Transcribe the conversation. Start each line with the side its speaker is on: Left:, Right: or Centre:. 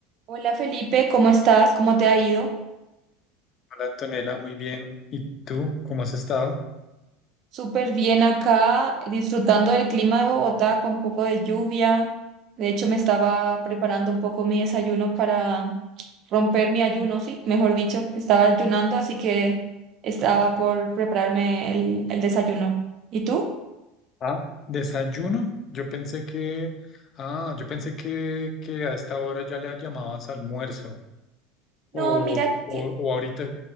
Right: Hola Felipe, ¿cómo estás? ¿Cómo te ha ido?
Left: Hola Antonella, muy bien. ¿Y tú cómo has estado?
Right: Súper bien acá, disfrutando del clima de Bogotá con un poco de lluvia. De hecho, me estaba preparando un poco mi desayuno para romper mi ayuno, sí, mejor dicho. Estaba ayunando, así que estaba por prepararme el, el desayuno. ¿Y tú?
Left: Ah, desayuno. Yo pensé que, ah, yo pensé que, que a esta hora ya le llamabas almuerzo
Right: No,
Left: o,
Right: mira,
Left: o,
Right: que
Left: o ahorita